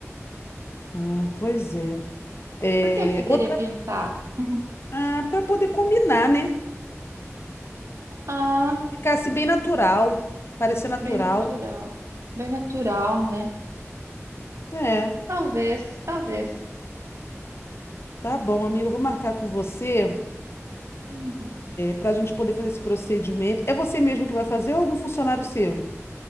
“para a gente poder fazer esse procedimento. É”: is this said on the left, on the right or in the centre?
Left